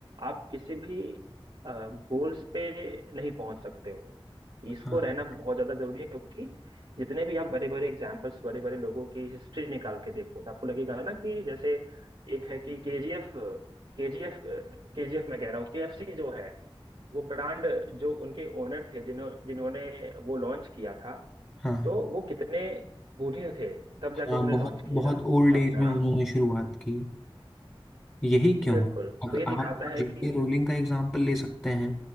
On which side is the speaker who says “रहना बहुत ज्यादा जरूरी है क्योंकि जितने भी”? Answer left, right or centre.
Right